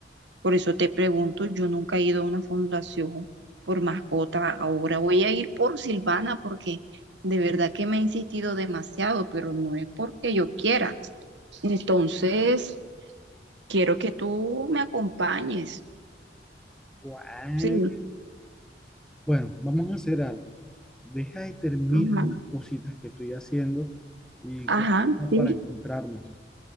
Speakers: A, on the right (about 80°); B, in the centre.
A: Por eso te pregunto, yo nunca he ido a una fundación por mascota. Ahora voy a ir por Silvana porque de verdad que me ha insistido demasiado, pero no es porque yo quiera. Entonces, quiero que tú me acompañes.
B: Guau.
A: Sí.
B: Bueno, vamos a hacer algo. Deja y termina
A: ajá.
B: unas cositas que estoy haciendo y
A: Ajá,
B: cogemos
A: sí.
B: para encontrarnos.